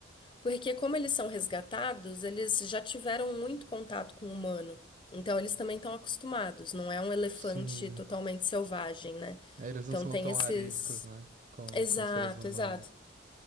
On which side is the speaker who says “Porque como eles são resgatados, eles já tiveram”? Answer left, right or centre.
Left